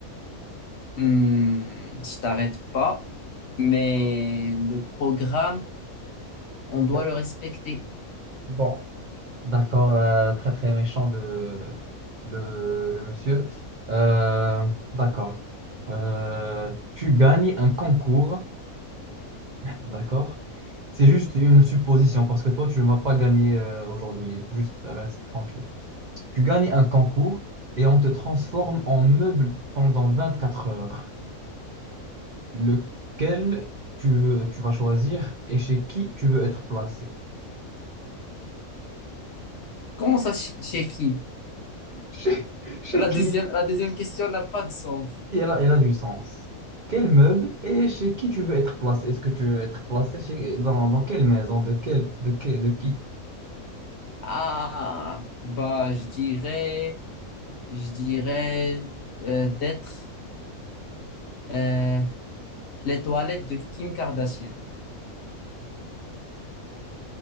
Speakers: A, on the left; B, on the right.
A: Hmm, je t'arrête pas, mais le programme, on
B: D-
A: doit le respecter.
B: Bon. D'accord, euh, très très méchant le, le, le monsieur. Euh, d'accord. Euh, tu gagnes un concours, d'accord. C'est juste une supposition parce que toi, tu ne vas pas gagner euh, aujourd'hui. Juste reste tranquille. Tu gagnes un concours et on te transforme en meuble pendant 24 heures. Lequel tu veux, tu vas choisir et chez qui tu veux être placé? <laughs>
A: Comment ça, ch- chez qui?
B: Chez, chez
A: La
B: qui?
A: deuxième, la deuxième question n'a pas de sens.
B: Si elle a, elle a du sens. Quel meuble et chez qui tu veux être placé? Est-ce que tu veux être placé chez, dans, dans quelle maison? De quel, de quel, de qui?
A: Ah, bah, je dirais, je dirais euh, d'être euh, les toilettes de Kim Kardashian.